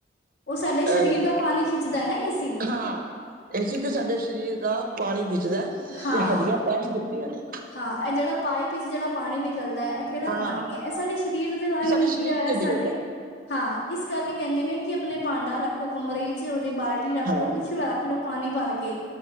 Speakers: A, on the left; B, on the right.
A: ਓ ਸਾਡੇ ਸਰੀਰ
B: ਅਹ
A: ਦਾ ਪਾਣੀ ਖਿੱਚਦਾ ਨਾ ਏ ਸੀ।
B: ਹਾਂ। ਏ ਸੀ ਤਾਂ ਸਾਡੇ ਸਰੀਰ ਦਾ ਪਾਣੀ ਖਿੱਚਦੈ।
A: ਹਾਂ।
B: ਤਾਂਈ ਦੁਖਦੀਆਂ ਨੇ।
A: ਹਾਂ ਐ ਜੇੜਾ ਪਾਈਪ ਵਿਚ ਜਿਹੜਾ ਪਾਣੀ ਨਿਕਲਦੈ। ਕੇੜਾ
B: ਹਾਂ
A: ਪਾਣੀ ਐ ਐ ਸਾਡੇ ਸਰੀਰ ਦੇ ਰਾਹੀਂ
B: ਸਾਡੇ
A: ਨਿਕਲਿਆ
B: ਸਰੀਰ
A: ਹੋਇਆ
B: ਚ ਨਿਕਲਦਾ
A: ਸਾਡੇ ਹਾਂ ਇਸ ਕਰਕੇ ਕੈਂਦੇ ਨੇ ਕੀ ਆਪਣੇ ਭਾਂਡਾ ਰੱਖੋ ਕਮਰੇ ਵਿੱਚ ਉਦੀ ਬਾਲ ਟੀ ਰੱਖ
B: ਹਾਂ
A: ਲੋ ਕੁੱਛ ਰੱਖ ਲੋ ਪਾਣੀ ਭਰ ਕੇ।